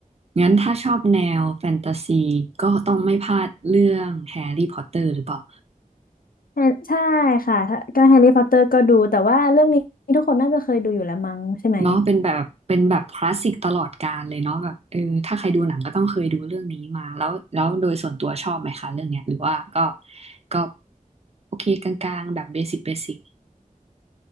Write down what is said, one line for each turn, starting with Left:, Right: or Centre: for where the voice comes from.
Right: งั้นถ้าชอบแนวแฟนตาซีก็ต้องไม่พลาดเรื่องแฮร์รี่พอตเตอร์หรือเปล่า
Left: แฮร์ใช่ค่ะถ้าก็แฮร์รี่พอตเตอร์ก็ดูแต่ว่าเรื่องนี้ทุกคนน่าจะเคยดูอยู่แล้วมั้งใช่ไหม
Right: เนาะเป็นแบบเป็นแบบคลาสสิกตลอดกาลเลยเนาะแบบเออถ้าใครดูหนังก็ต้องเคยดูเรื่องนี้มาแล้วแล้วโดยส่วนตัวชอบไหมคะเรื่องเนี้ยหรือว่าก็ก็โอเคกลางๆแบบเบสิกเบสิก